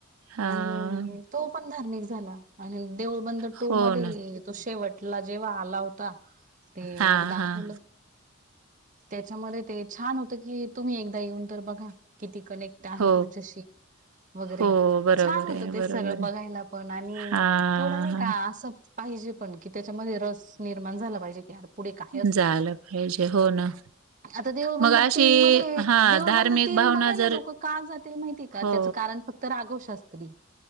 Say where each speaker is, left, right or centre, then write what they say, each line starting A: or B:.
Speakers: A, on the right (about 75°); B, on the right (about 35°).
A: हा.
B: आणि तो पण धार्मिक झाला आणि देऊळबंद टू
A: हो
B: मध्ये
A: ना.
B: ही तो शेवट टला जेव्हा आला होता ते
A: हां,
B: दाखवलं.
A: हां.
B: त्याच्यामध्ये ते छान होत की, तुम्ही एकदा येऊन तर बघा. किती कनेक्ट आहे
A: हो,
B: तुमच्याशी वगैरे
A: हो. बरोबर
B: छान होतं
A: आहे,
B: ते
A: बरोबर
B: सगळं बघायला
A: आहे.
B: पण आणि
A: हां,
B: थोडं नाही
A: हां.
B: का असंच पाहिजे पण की, त्याच्यामध्ये रस निर्माण झाला पाहिजे की पुढे काही असेल,
A: झालं पाहिजे. हो ना.
B: आता देऊळबंद
A: मग अशी
B: तीन मध्ये?
A: हां,
B: देऊळबंद
A: धार्मिक
B: तीन
A: भावना
B: बघायला
A: जर
B: लोक का जातील माहितीय का?
A: हो.
B: त्याचं कारण फक्त 'राघव शास्त्री'.